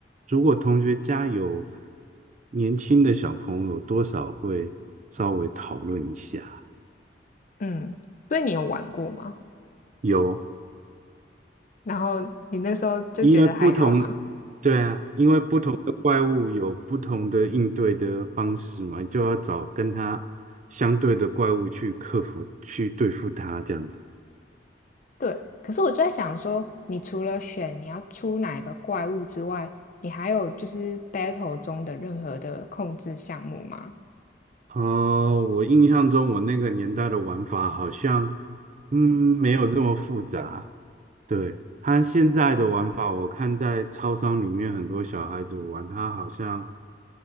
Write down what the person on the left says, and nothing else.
嗯，所以你有玩过吗？
然后你那时候就觉得还好吗？
对，可是我就在想说，你除了选你要出哪一个怪物之外，你还有就是 battle 中的任何的控制项目吗？